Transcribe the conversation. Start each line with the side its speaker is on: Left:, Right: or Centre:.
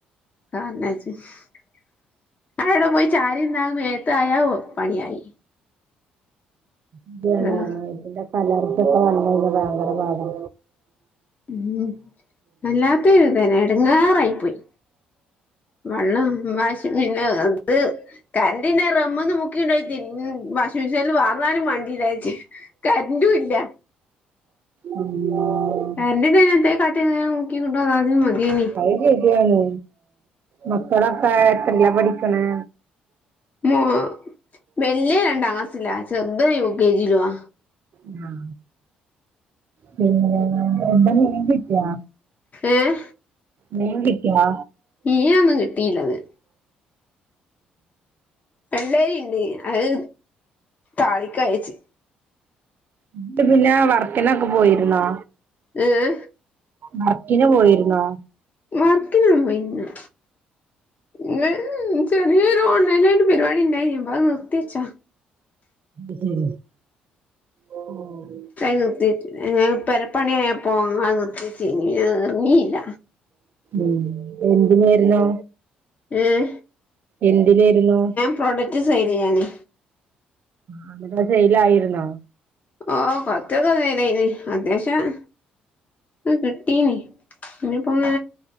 Left: കാന്നച്ച <unintelligible> ആ എവിടെ പോയി ചാരി നിന്നാൽ മേത്ത് ആയാൽ ഓഹ് പണിയായി
Right: ഇതാണ്
Left: ആഹ്
Right: ഇതിന്റെ കല <unintelligible> റിച്ചൊക്കെ വന്നെ ഭയങ്കര പാ <unintelligible> ഗം
Left: ഉം വല്ലാത്ത ഒരുതന്നെ എടുങ്ങാറായി പോയി വെള്ളം വാഷിങ് മെഷീൻ അത്- കറണ്ടന്റെ റമന്ന് മുക്കി <unintelligible> ണ്ടോ വാഷിംഗ് മെഷീനിൽ വാർന്നാലും വണ്ടില്ലാച്ചേ കറണ്ടും ഇല്ല
Right: അങ്ങ <unintelligible>
Left: പാരറിന്റെ അതിന <unintelligible> ത്തെ കാട്ടി മുക്കിക്കണ്ടോ അ <unintelligible> താദ്യന് മതിേന
Right: അത് ശരിയാണ് മക്കളോക്കെ എത്രയിലാ പഠിക്കണെ
Left: മോ വല്ലിയ രണ്ടാ ക്ലാസിലാ ചെറുത് യു കെ ജി ലൂവാ
Right: ആഹ പിന്നെ എന്ത എതിി <unintelligible> ക്കയാ
Left: ഏയെ
Right: മീൻ കിട്ടിയോ
Left: ീമ്മ <unintelligible> കിട്ടിയില്ലത് വെള്ളരി ഉണ്ട് അത് താ <unintelligible> ളിക്ക അയച്ചു
Right: ഇന്നിട്ട് പിന്നെ വർക്കിനൊക്കെ പോയിരുന്നോ
Left: ഏയ്
Right: വർക്കിന് പോയിരുന്നോ
Left: വർക്കിന് പോയില്ല ഇന്ന് ചെറിയൊരു ഓൺലൈനായിട്ട് പരിപാടി ഉണ്ടായി അത് നിർത്തി വെച്ചാ
Right: ഓഹ് ഓഹ്
Left: നിർത്തി വെച്ചു പെരപ്പണിയായ പോണു അങ്ങ് ഇനി എറങ്ങിയില്ല
Right: ഉം എന്തിനായിരുന്നു
Left: ഏയെ
Right: എന്തിലായിരുന്നു
Left: പ്രോഡക്റ്റ് സെയിലെയ്യാന്
Right: അന്നത്തെ സെയ്ലായിരുന്നോ?
Left: ഓഹ് <unintelligible> അത്യാവശ്യം കിട്ടീന്. ഞ്ഞിപ്പം